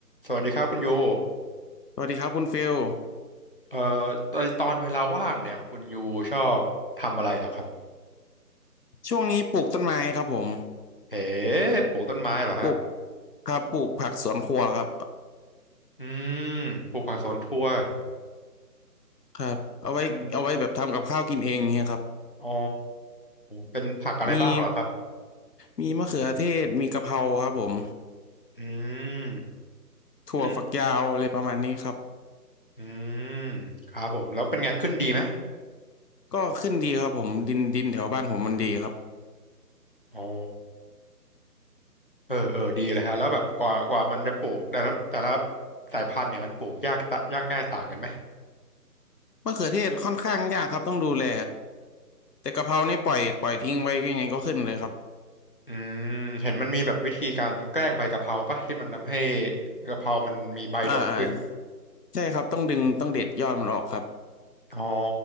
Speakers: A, on the left; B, on the left.
A: สวัสดีครับคุณยู
B: สวัสดีครับคุณฟิล
A: เอ่อตอนตอนเวลาว่างเนี่ยคุณยูชอบทำอะไรเหรอครับ
B: ช่วงนี้ปลูกต้นไม้ครับผม
A: เอ๋ปลูกต้นไม้เหรอฮะ
B: ปลูกครับปลูกผักสวนครัวครับ
A: อืมปลูกผักสวนครัว
B: ครับเอาไว้เอาไว้แบบทำกับข้าวกินเองเงี้ยครับ
A: เป็นอ๋อเป็นผักอะไรบ้างเหรอครับ
B: มีมีมะเขือเทศมีกะเพราครับผม
A: อืม
B: ถั่วฝักยาวอะไรประมาณนี้ครับ
A: อืมอืมครับผม แล้วเป็นไงขึ้นดีไหม
B: ก็ขึ้นดีครับผมดินดินแถวบ้านผมมันดีครับ
A: อ๋อเออเออดีเลยฮะแล้วแบบกว่ากว่ามันจะปลูก แต่ละแต่ละสายพันธุ์เนี่ยมันปลูกยากตะยากง่ายต่างกันไหม
B: มะเขือเทศค่อนข้างยากครับต้องดูแลแต่กะเพรานี่ปล่อยปล่อยทิ้งไว้ยังไงก็ขึ้นเลยครับ
A: อืมเห็นมันมีแบบวิธีการแกล้งใบกะเพราปะที่มันทำให้กะเพรามันมีใบดกขึ้น
B: อ่าอ่าใช่ครับต้องดึงต้องเด็ดยอดมันออกครับ
A: อ๋อ